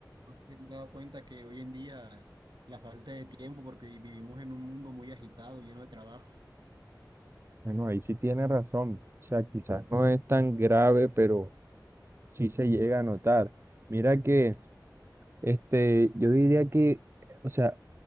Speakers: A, on the right (about 80°); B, on the right (about 35°).
A: nos hemos dado cuenta que hoy en día la falta de tiempo, porque vivimos en un mundo muy agitado, lleno de trabajo.
B: Bueno, ahí sí tiene razón. O sea, quizás no es tan grave, pero sí se llega a notar. Mira que, este, yo diría que, o sea,